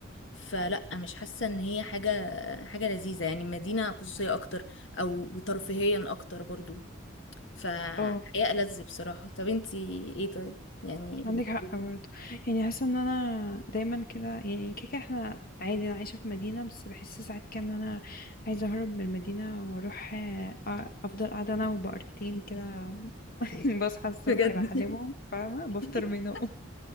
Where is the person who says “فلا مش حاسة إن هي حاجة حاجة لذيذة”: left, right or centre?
Left